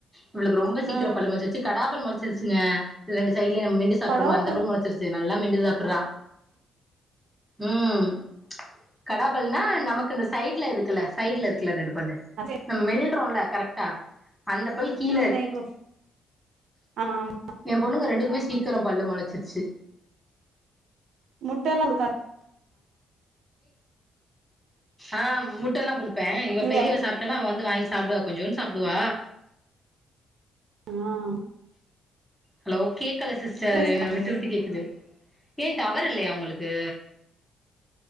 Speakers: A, in the centre; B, on the right.
A: இவளுக்கு ரொம்ப சீக்கிரம்
B: ஆ
A: பல்ல மச்சுிருச்சு கடாப்பல் மளைச்சிருச்சுங்க ரெண்டு சைடுல மெண்டு சாப்பறோம்ல
B: கடவாப்பல்ல
A: அந்த பல் மளைச்சிருச்சு நல்லா மெண்டு சாப்பிடுறா ம் கடாபல்னா நமக்கு இந்த சைட்ல இருக்கல சைட்ல இருக்கல ரெண்டு ல்ல
B: அதா
A: நம்ம மில்றோம்ல கரெக்டா அந்த கீழர்
B: இப்ப ஆமா ஆமா
A: என் பொண்ணுங்க ரெண்டுக்குமே சீக்க இருக்கிறம் பல்லு முளச்சிருச்சு
B: முட்ட எல்லாம்க்க
A: ஆஹ் முட்டைெல்லாம் கொடுத்து இவ
B: இல்ல
A: பெரியவ சாப்டான
B: முட்-
A: அவ வந்து வாங்கிச்சாப் சாப்பிடுவா கொஞ்ச ஒன்னு சாப்பிடுவா
B: ஆஹ்
A: ஹலோ ஓகே கேக்கல சிஸ்டர் என்
B: சாப்பிடு.
A: விட்டு விட்டு கேக்குது ஏன் டவர் இல்லயா உங்களுக்கு